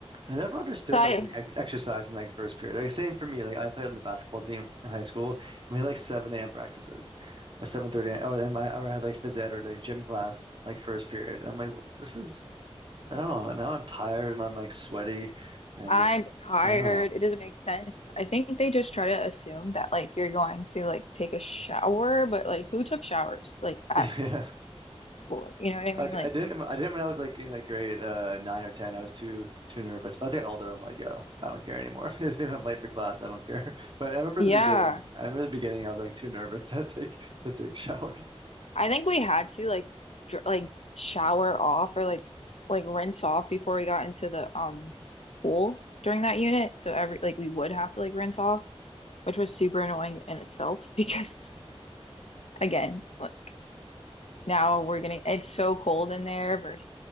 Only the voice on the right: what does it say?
I never understood
like the ex exercise in like first period. Like same for me. Like I played on the basketball team in high school. We had like 7 a.m. practices or 7:30 a.m. or then I or I had like phys ed or the gym class like first period. I'm like, this is I don't know. Now I'm tired and I'm like sweaty and
just
I don't know.
<laughs> Yeah.
I, d-
I didn't I didn't when I was like in like grade uh nine or ten. I was too too nervous. But as I got older, I'm like, yo, I don't care anymore. <laughs> If I'm late for class, I don't care. <laughs> But I remember
in the beginning, I remember in the beginning I was like too nervous <laughs> to take to take showers.